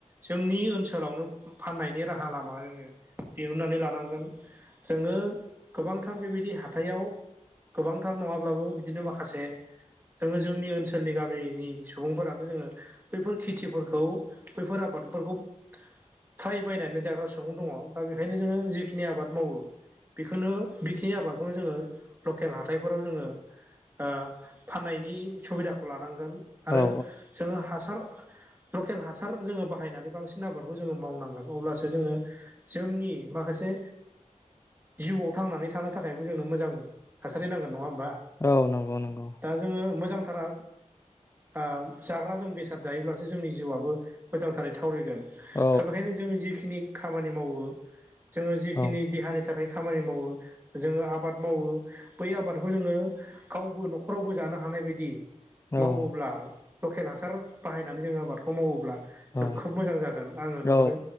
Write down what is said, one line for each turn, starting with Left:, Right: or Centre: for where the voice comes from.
Right: जोंनि ओनसोलावनो फाननायनि राहा लामा दिरुननानै लानांगोन जोङो गोबांथार बेबायदि हाथथायाव गोबांथार नङाब्लाबो बिदिनो माखासे जोङो जोंनि ओनसोलनि गामिनि सुबुंफोरानो जोङो बैफोर खेथिफोरखौ बैफोर आबादफोरखौ फ्राय बायनानैनो जाग्रा सुबुं दङ दा बेखायनो जोङो जिखिनि आबाद मावो बेखौनो बेखिनि आबादखौनो जोङो लकेल हाथायफोराव जोङो ओ फाननायनि सुबिदाखौ लानांगोन आरो
Left: औ
Right: जोङो हासार लकेल हासार जोङो बाहायनानै बांसिन आबादखौ जोङो मावनांगोन अब्लासो जोङो जोंनि माखासे जिउआव थांनानै थानो थाखायबो जोंनो मोजां थासारि नांगोन नङा होमबा?
Left: औ नंगौ नंगौ।
Right: दा जोङो मोजांथारा आ जाग्रा जों बेसाद जायोब्लासो जोंनि जिउआबो मोजांथारै थावरिगोन।
Left: औ
Right: दा बेखायनो जोङो जिखिनि खामानि मावो जोङो जिखिनि
Left: औ
Right: देहानि थाखाय खामानि मावो जोङो आबाद मावो बै आबादखौ जोङो। गावबो न'खरावबो जानो हानाय बायदि
Left: औ
Right: मावोब्ला लकेल हासार बाहायनानै जोङो आबादखौ मावोब्ला
Left: औ
Right: जों खोब मोजां जागोन आङो नुहुरो
Left: औ